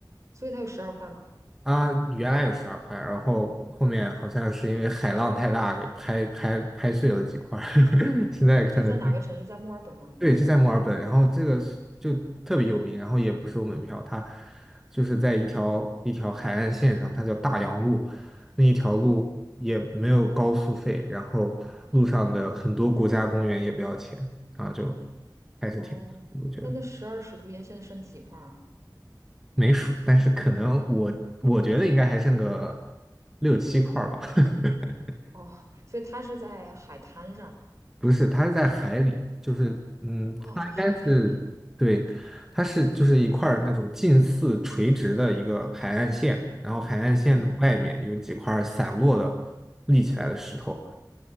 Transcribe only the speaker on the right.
所以它有十二块吗？
这在哪个城市？在墨尔本吗？
哦
哦，那那十二使徒岩现在剩几块啊？
哦，所以它是在海滩上，
对，
哦，
在海里，
嗯。